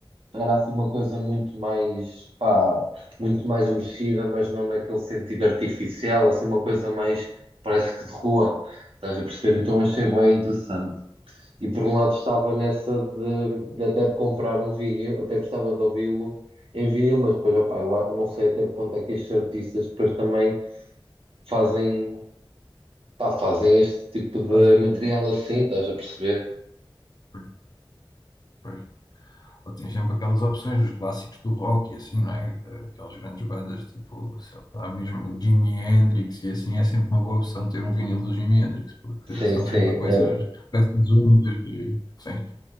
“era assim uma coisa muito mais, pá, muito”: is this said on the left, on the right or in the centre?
Right